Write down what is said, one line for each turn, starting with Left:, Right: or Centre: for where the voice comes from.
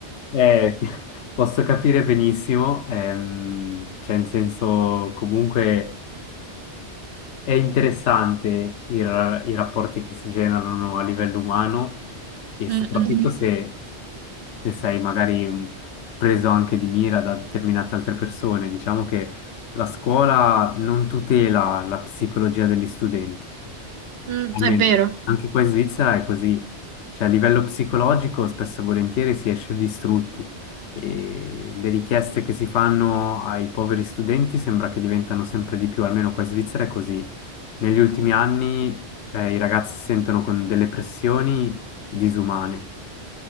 Left: Eh, <laughs> posso capire benissimo, ehm, cioè in senso comunque è interessante i, ra- i rapporti che si generano a livello umano e
Right: Mm,
Left: soprattutto
Right: mm.
Left: se, se sei magari mh, preso anche di mira da determinate altre persone. Diciamo che la scuola non tutela la psicologia degli studenti.
Right: Mm,
Left: Almeno
Right: è vero.
Left: anche qua in Svizzera è così, cioè a livello psicologico spesso e volentieri si esce distrutti e le richieste che si fanno ai poveri studenti sembra che diventano sempre di più, almeno qua in Svizzera è così. Negli ultimi anni eh, i ragazzi si sentono con delle pressioni disumane.